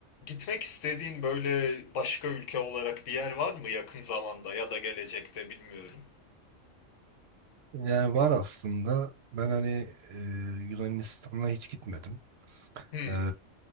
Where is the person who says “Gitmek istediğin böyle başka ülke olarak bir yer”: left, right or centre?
Left